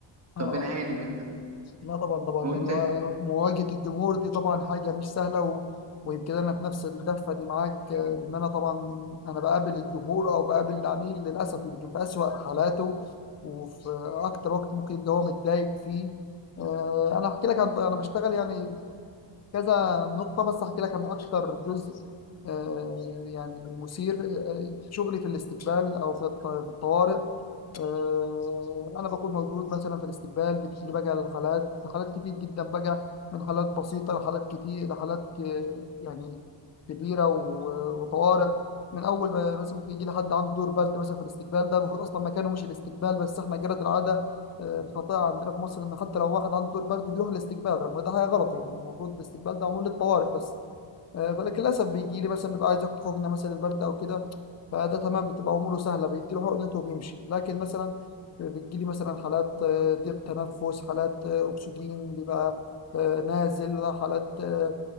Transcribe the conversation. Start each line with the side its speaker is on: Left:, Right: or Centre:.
Left: اه
Right: فبنعاني منها
Left: لا طبعا طبعا
Right: وأنت
Left: يعني و- مواجهة الجمهور دي طبعا حاجة مش سهلة و... ويمكن أنا في نفس الدفة دي معاك آه، لأن أنا طبعا أنا بقابل الجمهور أو بقابل العميل للأسف يمكن في أسوأ حالاته وفي أكتر وقت ممكن يبقى هو متضايق فيه آه، أنا هحكي لك عن أنا بشتغل يعني كذا نقطة بس هحكي لك عن أكتر جزء آه، يعني مثير آه، شغلي في الاستقبال أو في الط- في الطوارئ آه، انا بكون موجود مثلا في الاستقبال بتيجي بقى الحالات حالات كتير جدا بقى من حالات بسيطه لحالات كتير لحالات ك- يعني كبيره و- وطوارئ من اول ما- مثلا ممكن يجي لي حد عنده دور برد مثلا في الاستقبال ده المفروض اصلا مكانه مش الاستقبال بس احنا جرت العاده آه، الخطيئه عندنا في مصر ان حتى لو واحد عنده دور برد بيروح الاستقبال رغم ده حاجه غلط يعني المفروض الاستقبال ده معمول للطوارئ بس آه، فلكن للاسف بيجي لي مثلا بيبقى عايز ياخد حقنه مثلا البرد او كده فده تمام بتبقى اموره سهله بيديله حقنته وبيمشي لكن مثلا بتجي لي مثلا حالات آه، ضيق تنفس حالات آه، اكسجين بيبقى آه، نازل حالات آه،